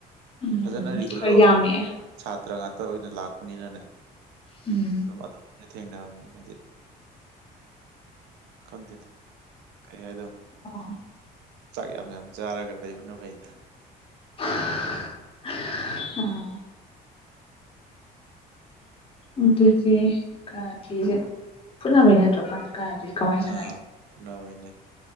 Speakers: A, on the left (about 35°); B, on the right (about 85°).
A: ꯎꯝ
B: ꯐꯖꯅ ꯔꯤꯒꯨꯂꯔ
A: ꯈꯔ
B: ꯑꯣꯏꯅ
A: ꯌꯥꯝꯃꯛꯑꯦ
B: ꯁꯥꯇ꯭ꯔ ꯉꯥꯛꯇ ꯑꯣꯏꯅ ꯂꯥꯛꯄꯅꯤꯅꯅꯦ
A: ꯎꯝ
B: ꯃꯅꯨꯡ ꯗꯥ ꯊꯦꯡꯅꯕꯗꯨꯅꯗꯤ ꯈꯪꯗꯦꯗ ꯀꯩ ꯍꯥꯏꯗꯧꯅꯣ
A: ꯑꯣ
B: ꯆꯥꯛ ꯌꯥꯝ ꯌꯥꯝ ꯆꯥꯔꯒ ꯂꯩꯕꯅ ꯐꯩꯗ
A: ꯑꯣ ꯑꯗꯨꯗꯤ ꯀꯔꯥꯇꯤꯖ‌ꯦ ꯐꯨꯅꯕꯩ ꯅꯠꯇ꯭ꯔ‌ꯣ ꯀꯥ ꯀꯔꯥꯇꯤ ꯀꯃꯥꯏ
B: ꯑꯥ
A: ꯁꯥꯟꯅꯩ
B: ꯐꯨꯅꯕꯩꯅꯦ